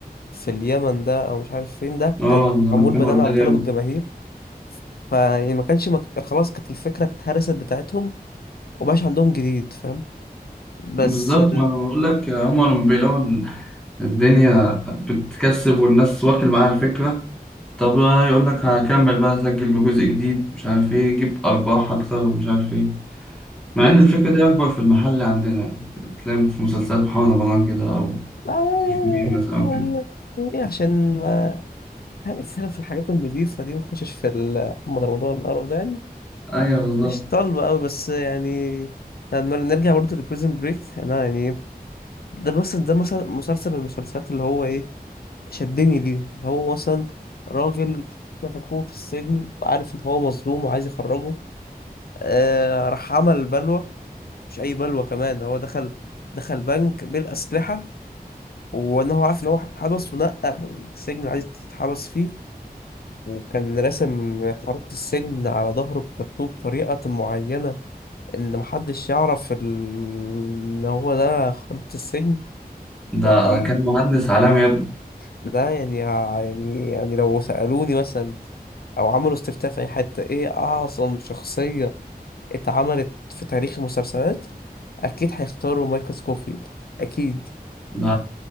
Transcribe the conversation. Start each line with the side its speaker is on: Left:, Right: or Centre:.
Left: في اليمن ده او مش عارف فين ده
Centre: اه
Left: كان
Centre: لما
Left: معمول
Centre: كان
Left: بناء
Centre: وداني
Left: على طلب
Centre: ياما.
Left: الجماهير فيعني ما كانش مك... خلاص كانت الفكره اتهرست بتاعتهم ومبقاش عندهم جديد فاهم بس
Centre: بالظبط ما انا بقول لك آه، هما لما بيلاقوا إن الدنيا بتكسب والناس واكل معاها الفكرة طب بقى يقول لك هكمل بقى اسجل بجزء جديد مش عارف ايه يجيب ارباح اكتر ومش عارف ايه مع
Left: بس
Centre: ان الفكرة دي اكبر في المحل عندنا تلاقي في مسلسلات محمد رمضان كده او
Left: لا
Centre: مش كبير بس اه
Left: يعني
Centre: كده.
Left: يعني عشان ما يعني خلينا في الحاجات النظيفة دي ما نخشش في ال- محمد رمضان القرف ده يعني
Centre: ايوه بالظبط
Left: مش طالبة أوي بس يعني يعني نر- نرجع برضه لبريزن بريك أنا يعني ده مثلا ده مثلا مسلسل من المسلسلات اللي هو إيه شدني ليه اللي هو مثلا راجل مسكوه في السجن وعارف إن هو مظلوم وعايز يخرجه آه راح عمل بلوى مش أي بلوى كمان هو دخل دخل بنك بالأسلحة وإن هو عارف إن هو هيتحبس ونقى السجن اللي عايز يتحبس فيه وكان راسم خريطة السجن على ظهره بتاتو بطريقة معينة إن محدش يعرف ال... إن هو ده خريطة السجن
Centre: ده
Left: لا دي
Centre: كان مهندس عالمي يا ابني
Left: ده يعني يعني يعني لو سألوني مثلا أو عملوا استفتاء في أي حتة إيه أعظم شخصية اتعملت في تاريخ المسلسلات أكيد هيختاروا مايكل سكوفيلد أكيد
Centre: ده